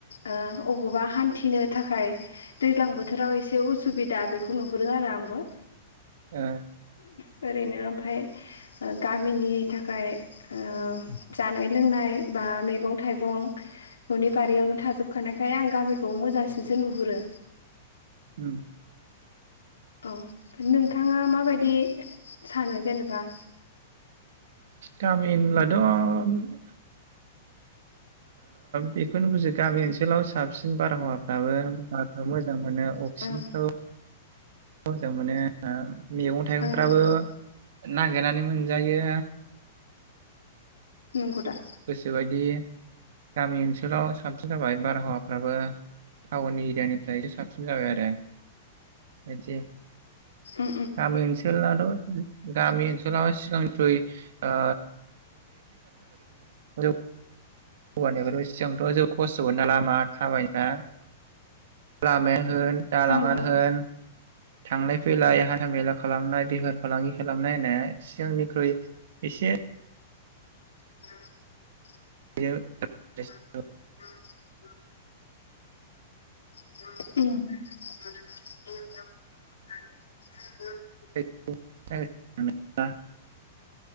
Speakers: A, on the left; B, on the right.
A: ओ ओबावबा हान्थिनो थाखाय दैज्लां बोथ थोराव एसे उसुबिदा बेखौ नुहरो आरो आंबो।
B: ओ
A: <inaudible> ओरैनो ओमफाय ओ गामिनि थाखाय ओ जानाय लोंनाय बा मेगं थाइगं न'नि बारियावनो थाजोबखानायखाय आं गामिखौ मोजांसिनसो नुहुरो।
B: उम
A: औ नोंथाङा माबायदि सानो जेनेबा
B: गामि होनब्लाथ' बेखौनो बुजियो गामि ओनसोलाव साबसिन बा बारहावाफ्राबो बाफ्राव मोजां मोनो अक्सिजेनफ्राबो
A: ओं
B: मोजां मोनो मैगं थाइगंफ्राबो
A: ओं ओं
B: नागेर नानै मोनजायो।
A: नोंगौ दा।
B: गोसोबायदि गामि ओनसोलाव साबसिन जाबाय बारहावाफ्राबो टाउन एरियानि फ्रायबो साबसिन जाबाय आरो बिदि।
A: उम
B: गामि ओनसोलाथ' गामि ओनसोला जों ख्रुय ओ <unintelligible> हौवानिफ्राय इसे जानखार खस्थ' मोनना लामा थाबाय दा लामायानो होन
A: उम
B: दालाङानो होन थांलाय फैलाय हान्थामेला खालामनाय बेफार फालांगि खालामनाय होननाय सिगांनिख्रुइ एसे
A: <inaudible>
B: बियो <unintelligible>
A: <inaudible> उम।
B: <unintelligible>